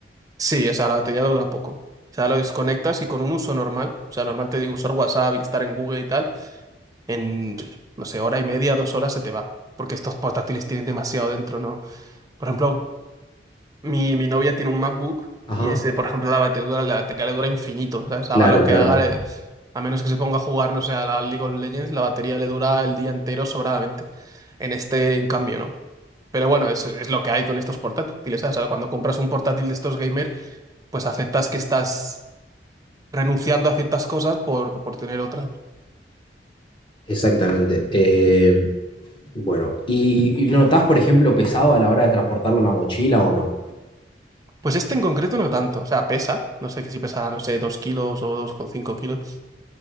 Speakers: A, on the right (about 20°); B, on the left (about 30°).
A: Sí, o sea, la batería dura poco. O sea, lo desconectas y con un uso normal, o sea, normal te digo usar WhatsApp y estar en Google y tal, en, no sé, hora y media, dos horas se te va. Porque estos portátiles tienen demasiado dentro, ¿no? Por ejemplo, Mi, mi novia tiene un MacBook
B: Ajá.
A: y ese, por ejemplo, la batería, la batería le dura infinito, ¿sabes?
B: Claro,
A: Haga lo que
B: claro,
A: haga, le- a menos que se ponga a jugar, no sé, a la League of Legends, la batería le dura el día entero sobradamente. En este, en cambio, no. Pero bueno, es, es lo que hay con estos portátiles, ¿sabes? O sea, Cuando compras un portátil de estos gamer, pues aceptas que estás renunciando a ciertas cosas por, por tener otras.
B: exactamente. Em, Bueno, ¿y, y lo notás, por ejemplo, pesado a la hora de transportarlo en la mochila o no?
A: Pues este en concreto no tanto, o sea, pesa, no sé que si pesa, no sé, 2 kilos o dos coma cinco kilos,